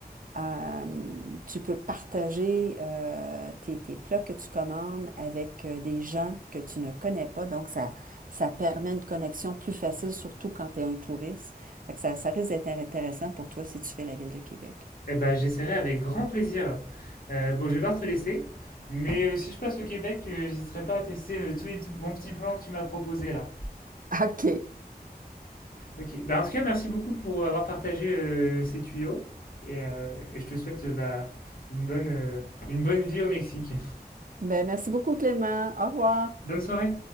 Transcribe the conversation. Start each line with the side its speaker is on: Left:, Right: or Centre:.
Right: Euh, tu peux partager euh, tes, tes plats que tu commandes avec euh, des gens que tu ne connais pas. Donc, ça, ça permet une connexion plus facile, surtout quand tu es un touriste. Fait que ça, ça risque d'être intéressant pour toi si tu fais la ville de Québec.
Left: Eh ben, j'essaierai avec grand plaisir. Euh, bon, je vais devoir te laisser. Mais euh, si je passe au Québec, euh, j'hésiterai pas à tester euh, tous les petits- bons petits plans que tu m'as proposés là.
Right: OK.
Left: Ok. Bah, en tout cas, merci beaucoup pour euh, avoir partagé euh, ces tuyaux. Et, euh, et je te souhaite euh, bah, une bonne, euh, une bonne vie au Mexique.
Right: Ben, merci beaucoup, Clément. Au revoir.
Left: Bonne soirée.